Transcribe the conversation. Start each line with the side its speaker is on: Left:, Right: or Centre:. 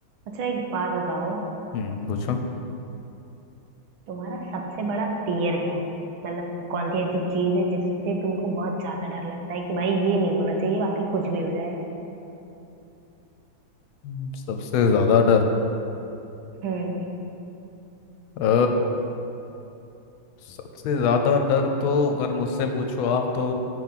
Right: अच्छा एक बात बताओ
Left: हम्म पूछो
Right: तुम्हारा सबसे बड़ा फियर क्या है मतलब कौन सी ऐसी चीज है जिससे तुमको बहुत ज्यादा डर लगता है कि भाई ये नहीं होना चाहिए बाकी कुछ भी हो जाए
Left: हम्म, सबसे ज्यादा डर
Right: हम्म
Left: अ सबसे ज्यादा डर तो अगर मुझसे पूछो आप तो